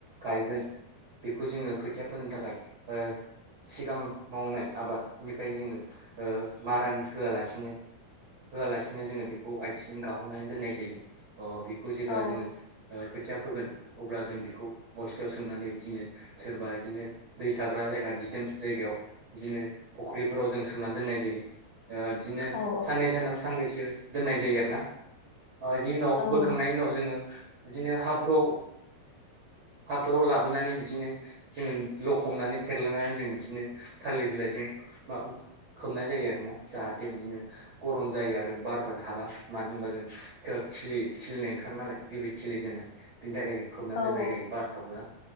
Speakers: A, on the right (about 65°); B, on the left (about 75°).
A: गायगोन बेखौ जोङो खोथिया फोनो थाखाय ओ सिगां मावनाय आबादनिफ्रायनो जोङो ओ मारान होआलासिनो होआलासिनो जोङो बेखौ आथिं गाहुनानै दोननाय जायो अ बि खौ जेब्ला
B: औ
A: जोङो ओ खोथिया फोगोन अब्ला जों बेखौ बस्थायाव सोमनानै दिनो सोरबा। बिदिनो दै थाग्रा जायगा दिदोम जायगायाव दिनो फुख्रिफोराव जों सोमनानै दोननाय जायो। ओ दिनो
B: औ
A: साननै सानथाम सानब्रै यो दोननाय जायो आरोना। अ बिनि उनाव
B: औ
A: बोखांनायनि उनाव जोङो बिदिनो हाब्रुआव हाब्रुआव लाबोनानै बिदिनो जों लखबनानै फेरलानानै जों बिदिनो थालिर बिलाइजों मा खोबनाय जायो आरोना जाहाथे बिदिनो गरम जायो आरो बारफोर हाबा मानो होनबा जों खिलि खिलिनाय ओंखार नालाय गिबि खिलिजेननाय बिनि थाखाय खोबना
B: औ
A: दोननाय जायो बारहाबहोआ।